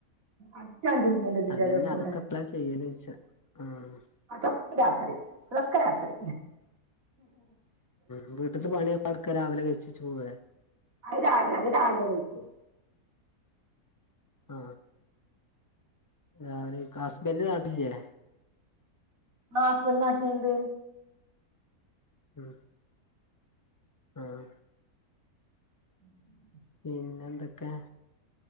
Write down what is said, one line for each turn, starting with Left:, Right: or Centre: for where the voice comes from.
Right: അത്ത് ഞാൻ ചെയ്യും അയ്ന്റെ ഇതിന്റെ
Left: അതന്നെ
Right: എടെ കൂടെ
Left: അതൊക്കെ എപ്പളാ ചെയ്യല് ചോദിച്ച ആഹ്
Right: അതൊക്ക രാത്രിതൊക്ക രാത്രി
Left: ഉം വീട്ട്ത്തെ പണിപ്പ്‌ളാട്ക്ക രാവിലെ കയ്ചെച്ച് പോവേ
Right: അത് രാവിലെ അത് രാവിലെ കൈക്കും
Left: ആ രാവില കയ്‌ക്കും ഹസ്ബന്റ് നാട്ടില്യേ
Right: ആ ഹസ്ബന്റ് നാട്ടില്ണ്ട്
Left: ഉം ആഹ്
Right: <inaudible>
Left: പിന്നെ ന്തൊക്കെ